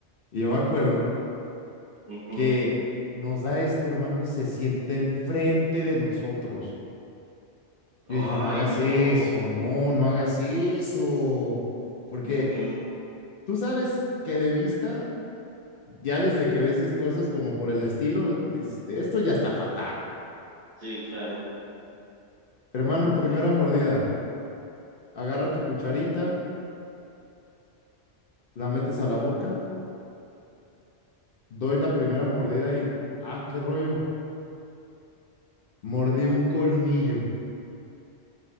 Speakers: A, on the left; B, on the right.
A: y yo me acuerdo
B: ujú.
A: que nos da esto, hermano, y se sienta enfrente de nosotros.
B: Ay,
A: Yo dije, no hagas
B: no.
A: eso, no, no hagas eso. Porque
B: Ujú.
A: tú sabes que de vista ya desde que ves cosas como por el estilo, dices, esto ya está fatal.
B: Sí, claro.
A: Hermano,
B: Claro,
A: primera
B: claro.
A: mordida, agarra tu cucharita, la metes a la boca, doy la primera mordida y, ah, qué rollo, mordí un colmillo.